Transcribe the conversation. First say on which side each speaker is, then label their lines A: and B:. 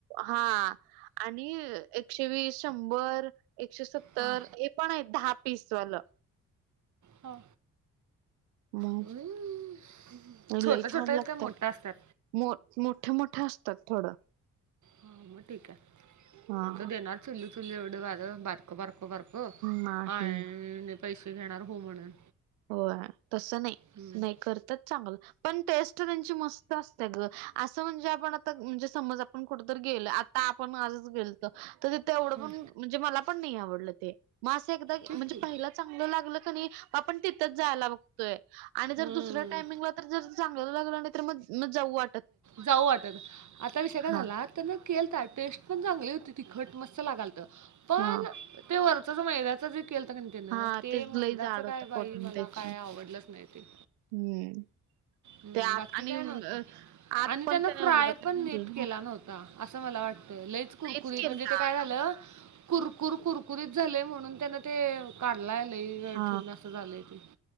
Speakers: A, on the right; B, on the right.
A: हा आणि एकशे वीस शंभर एकशे सत्
B: हां
A: तर हे पण आहेत दहा पीसवालं
B: हां
A: मग
B: हम् छोट
A: लई
B: छोट
A: छान
B: हाईत
A: लागतात.
B: की मोठ्या असतात.
A: मो मोठ मोठ असतात थोडं
B: हा म ठीक हाय
A: हा
B: नाय त देणार चुली चुली एवढं बरका बारक बारक बारक हो
A: नाही.
B: आणि पैसे घेणार हो म्हणून
A: होय तसं नाही
B: हम्म.
A: नाही करतात चांगल पण टेस्ट त्यांची मस्त असता ग असं म्हणजे आपण आता म्हणजे समज आपण कुठ तर गेल आत म आपण आजच गेलत तर तिथे एवढं
B: हम्म.
A: पण म्हणजे मला पण नाही आवडलं ते म असं एकदा
B: तेच
A: म्हणजे
B: की
A: पहिला चागलं लागल कं नी म आपण तिथ जायला बघतोय आणि
B: हम्म.
A: जर दुसऱ्या टामिंगला तर जर चांगलं लागलं नाय तर मग म जाऊ वाट
B: जाऊ वाटलं आता विषय काय
A: हा
B: झाला त्यांन केलता टेस्ट पण चांगली होती तिखट मस्त लागालालत. पण
A: हा
B: ते वरच जे मैंद्याच जे केलंत कं नई तेन
A: हा
B: ते
A: तेच
B: मैदाचं
A: लई जाड होतं
B: काय
A: कोटिंग
B: बाई मला
A: त्याची
B: काय आवडलंच नाय ते
A: हम्म
B: हम्म
A: ते आत
B: बाकी
A: आणि
B: काय
A: अ,
B: नव्हत
A: आत
B: आणि
A: पण
B: त्यान
A: त्याने
B: फ्राय
A: एवढं काय
B: पण
A: म्हटलं
B: नीट केला नव्हता असं मला वाटतं लईच कुरकुरीत
A: तेच केलता
B: म्हणजे ते काय झालं कुरकुर कुरकुरीत झालय म्हणून त्यांन ते काढलाय लई वेळ
A: हा
B: ठेवून असं झालंय ते